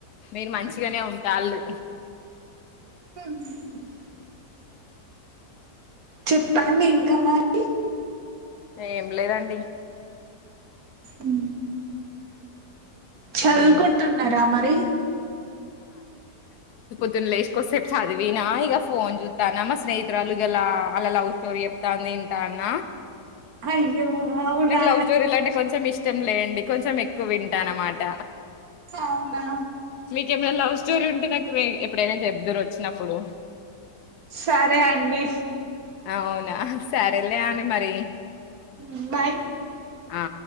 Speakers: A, on the left (about 75°); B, on the right (about 65°).
A: మీరు మంచిగానే ఉంటాళ్ళు
B: మ్ చెప్పండి ఇంకా మరి
A: ఏం లేదండి
B: మ్ చదువుకుంటున్నారా
A: ఉమ్
B: మరి
A: పొద్దున్ లేస్ కొసేప్ చదివినా ఇగ ఫోన్ జుత్తనా మా స్నేహితురాలు ఇగ లా అల్ల లవ్ స్టోరి జేప్తాంది ఇంటన
B: అయ్యో అవునా
A: నాకు లవ్ స్టోరీలంటే కొంచం ఇష్టంలే అండి కొంచం ఎక్కువింటాన్నమాట
B: అవునా
A: మీకెమన్న లవ్ స్ స్టోరీ ఉంటే నాక్ రె ఎప్పుడైనా చెబ్దురోచ్చినప్పుడు
B: సరే అండి
A: అవునా సరేలే అండి మరి
B: మ్ బాయ్
A: ఆ